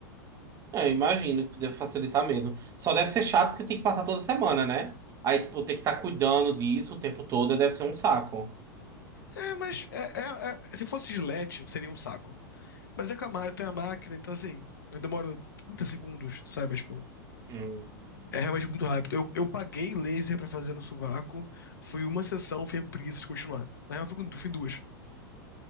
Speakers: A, on the right; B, on the left.
A: É, imagino que deve facilitar mesmo. Só deve ser chato porque tem que passar toda semana, né? Aí, tipo, tem que estar cuidando disso o tempo todo, deve ser um saco.
B: É, mas é- é- é- se fosse Gillette, seria um saco. Mas é com a máquina, eu tenho a máquina, então assim, eu demoro 30 segundos, sabe? Tipo,
A: Hum.
B: é realmente muito rápido. Eu, eu paguei laser pra fazer no sovaco, fui uma sessão, fiquei com preguiça de continuar. Na real, eu fui com- fui em duas.